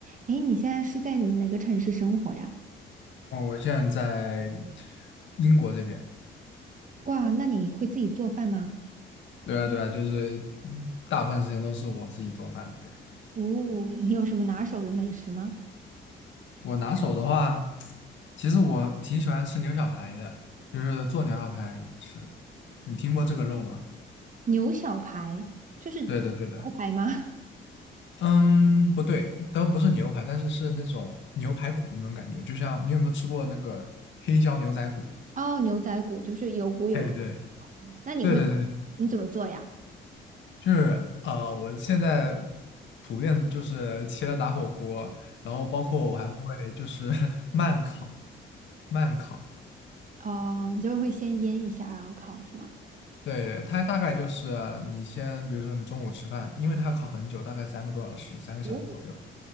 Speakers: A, on the right; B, on the left.
A: 诶，你现在是在哪个城市生活呀？
B: 哦，我现在在英国这边。
A: 哇，那你会自己做饭吗？
B: 对啊，对啊，就是嗯大部分时间都是我自己做饭。对，
A: 哦，你有什么拿手的美食吗？
B: 我拿手的话，其实我挺喜欢吃牛小排的，就是做牛小排吃。你听过这个肉吗？
A: 牛小排就是牛排吗？
B: 对的，对的。嗯，不对，都不是牛排，但是是那种牛排骨那种感觉，就像你有没有吃过那个黑椒牛仔骨？
A: <laughs> 哦，牛仔骨就是有骨有肉。
B: 哎，对，
A: 那你会
B: 对对对
A: 你怎么做呀？
B: 就是呃，我现在普遍就是切了打火锅，然后包括我还会就是 <laughs> 慢烤，慢烤。
A: 哦，你就会先腌一下，然后烤是吗？
B: 对，它大概就是你先，比如说你中午吃饭，因为它要烤很久，大概三个多小时，三个小时左右。
A: 哦，